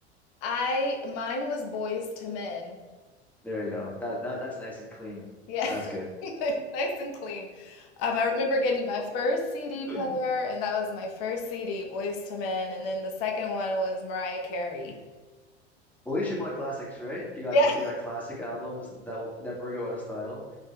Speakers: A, on the left; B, in the centre.
A: I mine was Boys to Men.
B: There you go. That that that's nice and clean.
A: Yeah.
B: That's good.
A: <laughs> Nice and clean. Um, I remember getting my first CD player,
B: Well,
A: and that was my first CD, Boys to Men, and then the second one was Mariah Carey.
B: at least you bought classics, right? You got
A: Yeah,
B: cla
A: <laughs>
B: you got classic albums that will never go out of style.